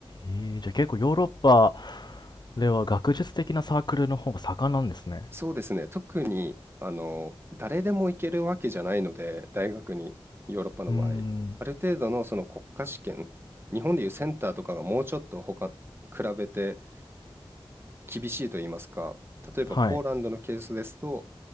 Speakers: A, on the left; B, on the right.
A: えー、じゃあ結構ヨーロッパでは学術的なサークルの方が盛んなんですね
B: そうですね。特に、あの、誰でも行けるわけじゃないので、大学に、ヨーロッパの場合。
A: うーん
B: ある程度のその国家試験、日本でいうセンターとかがもうちょっと他、比べて厳しいと言いますか、例えばポーランドのケースですと、
A: はい